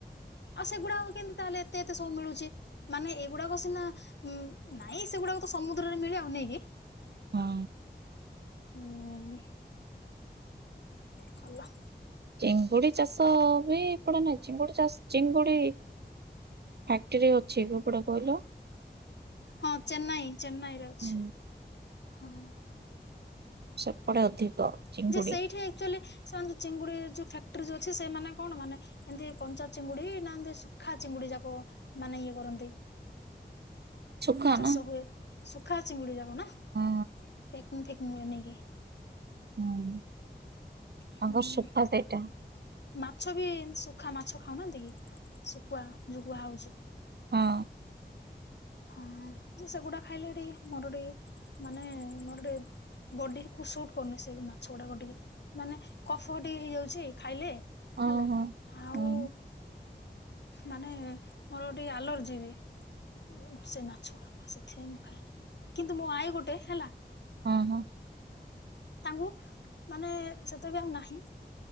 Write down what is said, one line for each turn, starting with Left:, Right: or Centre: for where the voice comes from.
Left: ଆଉ ସେଗୁଡ଼ାକ କେମିତି ତାହେଲେ ଏତେ ଏତେ ସବୁ ମିଳୁଛି? ମାନେ ଏଉଗୁଡ଼ାକ ସିନା ଉ ନାଇଁ ସେଉଗୁଡ଼ାକ ତ ସମୁଦ୍ରରେ ମିଳେ ଆଉ ନାଇକି?
Right: ହଁ।
Left: <unintelligible> ହୁଁ ଭଲ।
Right: ଚିଙ୍ଗୁଡ଼ି ଚାଷ ବି ପଡ଼େ ନାଇଁ ଚିଙ୍ଗୁଡ଼ି ଚାଷ ଚିଙ୍ଗୁଡ଼ି ଫ୍ୟାକ୍ଟରୀ ଅଛି। <unintelligible> କହିଲ।
Left: ହଁ ଚେନ୍ନାଇ ଚେନ୍ନାଇରେ ଅଛି।
Right: ହୁଁ
Left: ହଁ।
Right: ସେପଟେ ଅଧିକ। ଚିଙ୍ଗୁଡି
Left: ଯେ ସେଇଠି ଆକ୍ଚୁଆଲି ସେମାନେ ଯୋଉ ଚିଙ୍ଗୁଡ଼ି ଯୋଉ ଫ୍ୟାକ୍ଟ୍ରି ଯୋଉ ଅଛି ସେମାନେ କଣ ମାନେ ଏମିତି କଞ୍ଚା ଚିଙ୍ଗୁଡ଼ି ନା ଏମିତି ସୁୁଖା ଚିଙ୍ଗୁଡ଼ି ଯାକ ମାନେ ଇଏ କରନ୍ତି?
Right: ଶୁଖା
Left: ଚାଷ
Right: ନା
Left: ହୁଏ ଶୁଖା ଚିଙ୍ଗୁଡ଼ି ଯାକ ନା ପ୍ୟାକିଂ
Right: ହଁ
Left: ଫ୍ୟାକିଂ ହୁଏ ନେଇକି।
Right: ହୁଁ ତାଙ୍କର
Left: ହୁଁ।
Right: ସୁଖା ସେଇଟା।
Left: ମାଛ ବି ଛନ୍ତି ଶୁଖା ମାଛ ଖାଉନାହାନ୍ତି କି? ଶୁଖୁଆ ଯୋଉ କୁହା ହୋଉଛି।
Right: ହଁ।
Left: ହଁ ଯେ ସେଗୁଡ଼ା ଖାଇଲେ ଟିକେ ମୋର ଟିକେ ମାନେ ମୋର ଟିକେ ବଡି କୁ ସୁଟ୍ କରୁନି ସେଇ ମାଛ ଗୁଡ଼ାକ ଟିକେ ମାନେ କଫ ଟିକେ ହେଇଯାଉଛି ଖାଇଲେ।
Right: ଓହୋ।
Left: ହେଲା ଆଉ
Right: ହଁ
Left: ମାନେ ମୋର ଟିକେ ଆଲର୍ଜି ବି। ଉଁ ସେ ମାଛ ଗୁଡ଼ାକ ସେଥିପାଇଁ ମୁଁ ଖାଏନି କିନ୍ତୁ ମୋ ଆଈ ଗୋଟେ ହେଲା
Right: ହଁ ହଁ।
Left: ତାଙ୍କୁ ମାନେ ସେତେ ବି ଆଉ ନାହିଁ।